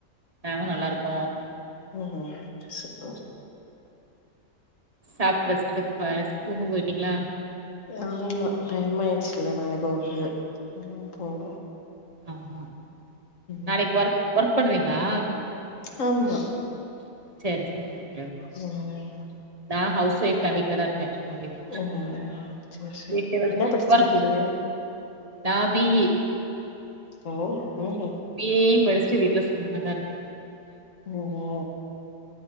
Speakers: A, on the right (about 35°); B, on the left (about 60°).
A: நாங்களும் நல்லா இருக்கோம்.
B: ம் ம் சூப்பரு
A: சாப்புட் ரெஸ்ட் எடுக் பாரஸ் தூங்க போயிட்டீங்ளா
B: ஆமா டைம் ஆயிட்ச்சில்ல நாளைக்கி ஓர்க் இல்ல போனோ
A: ஆமா நாளைக்
B: ம்
A: ஒர்க் ஒர்க் பண்றீங்களா
B: ஆம் மா
A: சேரி சேரிங்க
B: ம்ம்
A: நா ஹவுஸ் வைஃப் தா வீட்ல தா இருப் பே சும்மாவேதா
B: ம் சரி சரி
A: வீட்ல
B: என்ன படிச்சிருக்கீங்க
A: ஒர்க் நா பி யி
B: ஓ ஓஹோ
A: பி யி படிஸ்ட்டு வீட்ல சும்மாதா இருக்க
B: ஒ ஓஹோ